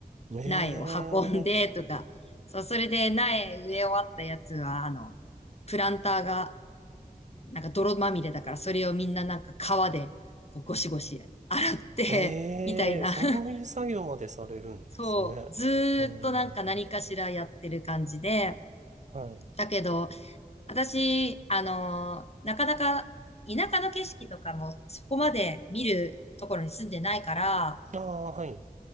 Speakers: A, on the right; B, on the left.
A: ええ、
B: 苗を運んでとか、そう、それで苗植え終わったやつは、あの、プランターがなんか泥まみれだから、それをみんななんか川でこうゴシゴシ洗ってみたいな。
A: ええ、そういう作業までされるんですね。
B: <laughs> そう、ずーっとなんか何かしらやってる感じで、
A: うーん。はい。
B: だけど、私、あのーなかなか田舎の景色とかもそこまで見るところに住んでないから、
A: ああ、はい。